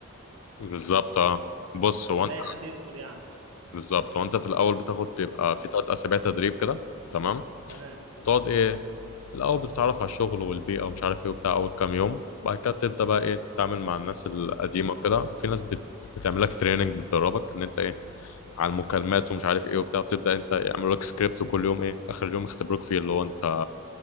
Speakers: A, on the left (about 75°); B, on the right (about 70°).
A: بالظبط اه بص هو
B: مش
A: انت
B: اي حد يدخل يعني
A: بالظبط وانت في الاول بتاخد بيبقى في ثلاث اسابيع تدريب كده تمام
B: تمام
A: بتقعد ايه الاول بتتعرف على الشغل والبيئه ومش عارف ايه وبتاع اول كام يوم بعد كده تبدا بقى ايه تتعامل مع الناس القديمه وكده في ناس بت... بتعمل لك تريننج بتدربك ان انت ايه على المكالمات ومش عارف ايه وبتاع بتبدا انت يعملوا لك سكريبت وكل يوم ايه اخر يوم يختبروك فيه اللي هو انت